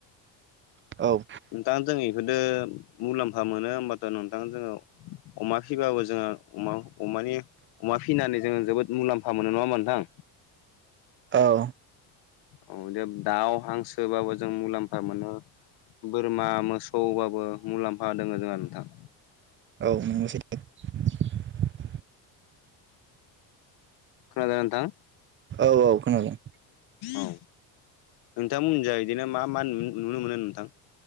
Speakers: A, on the right (about 30°); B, on the left (about 65°).
A: औ
B: नोंथाङा जोंनि बेफोदो मुलाम्फा मोनो होमबाथ' नोंथां जोङो अमा फिबाबो जोङो अमानि अमा फिनानै जोङो जोबोद मुलामफा मोनो नङा होमबा नोंथां
A: औ
B: औ जे दाउ हांसोबाबो जों मुलाम्फा मोनो बोरमा मोसौबाबो मुलाम्फा दङ जोंहा नोंथां
A: औ नोंगौसे <inaudible>
B: खोनादोंना नोंथां
A: औ औ खोनादों
B: औ नोंथांमोनिजाय बिदिनो मा मा नुनो मोनो नोंथां